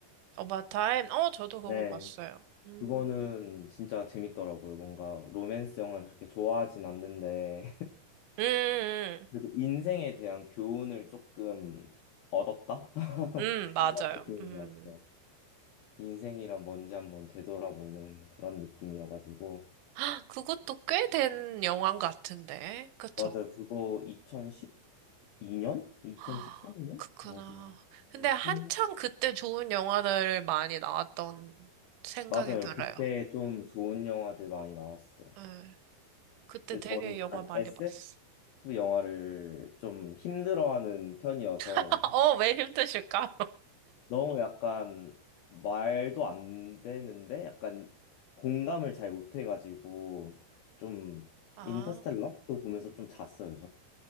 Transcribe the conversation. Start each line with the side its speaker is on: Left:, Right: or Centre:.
Right: 어바타임? 어, 저도 그거
Left: 네.
Right: 봤어요. 음,
Left: 그거는 진짜 재밌더라고요. 뭔가 로맨스 영화를 그렇게 좋아하진 않는데
Right: 음,
Left: <laughs>
Right: 음,
Left: 그래도 인생에 대한 교훈을 조금 얻었다? <laughs>
Right: 음, 음, 맞아요.
Left: 이런 느낌인
Right: 음.
Left: 것 같아요. 인생이란 뭔지 한번 되돌아보는 그런 느낌이어가지고.
Right: 헉, 그것도 꽤 된 영화인 것 같은데. 그쵸?
Left: 맞아요. 그거 2012년? 2013년?
Right: 아, 그렇구나.
Left: 맞아요.
Right: 근데
Left: 거의
Right: 한창
Left: 십 년
Right: 그때 좋은 영화들 많이 나왔던 생각이
Left: 맞아요.
Right: 들어요.
Left: 그때 좀 좋은 영화들 많이 나왔어요.
Right: 예. 그때
Left: 근데
Right: 되게
Left: 저는 약간
Right: 영화 많이
Left: SF
Right: 봤어.
Left: 영화를 좀 힘들어하는 편이어서
Right: <laughs> 어, 왜 힘드실까?
Left: 너무 약간 말도 안 되는데 약간 공감을 잘 못해가지고 좀
Right: 아,
Left: 인터스텔라도 보면서 좀 잤어요.